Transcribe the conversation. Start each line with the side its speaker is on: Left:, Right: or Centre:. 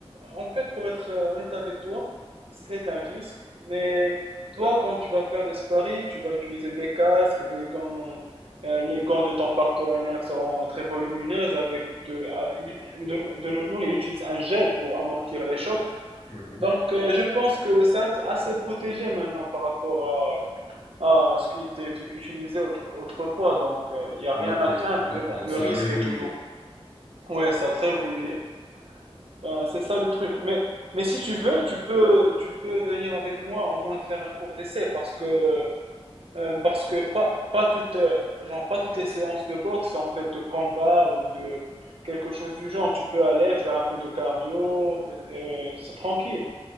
Right: en fait, pour être euh, honnête avec toi, c'est un risque. Mais toi, quand tu vas faire des sparring, tu vas utiliser des casques, des gants. euh, les gants de ton partenaire seront très volumineux. Avec de, ah, il- de, de nos jours, ils utilisent un gel pour amortir les chocs.
Left: Mhm.
Right: Donc, euh, je pense que c'est assez protégé maintenant par rapport à ce qui était utilisé autre- autrefois. Donc, il n'y a
Left: Ok,
Right: rien à craindre.
Left: donc,
Right: Mais bon,
Left: donc
Right: le
Left: ça
Right: risque
Left: a évolué.
Right: est toujours. Ouais, ça a très voulu. Euh, c'est ça le truc. Mais, mais si tu veux, tu peux, tu peux venir avec moi au moins faire un cours d'essai parce que, euh, parce que pas, pas toutes, euh, genre, pas toutes les séances de boxe sont faites de combat ou de quelque chose du genre. Tu peux aller faire un peu de cardio, euh, c'est tranquille.